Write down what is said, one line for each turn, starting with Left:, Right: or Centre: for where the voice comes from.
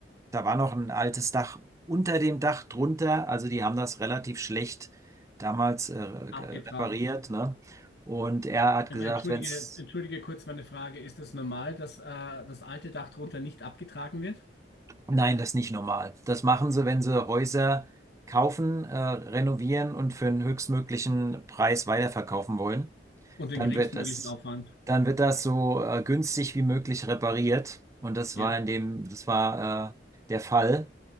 Right: da war noch ein altes Dach unter dem Dach drunter. Also die haben das relativ schlecht damals äh,
Left: abgetragen.
Right: ge- repariert, ne? Und er hat
Left: Ja,
Right: gesagt,
Left: Aber entschuldige,
Right: wenn's,
Left: entschuldige kurz meine Frage. Ist es normal, dass äh, das alte Dach drunter nicht abgetragen wird?
Right: nein, das ist nicht normal. Das machen sie, wenn sie Häuser kaufen, äh, renovieren und für einen höchstmöglichen Preis weiterverkaufen wollen.
Left: Und den
Right: Dann
Left: geringstmöglichen
Right: wird das,
Left: Aufwand?
Right: dann wird das so äh, günstig wie möglich repariert. Und das
Left: Ja,
Right: war in dem, das war äh, der Fall.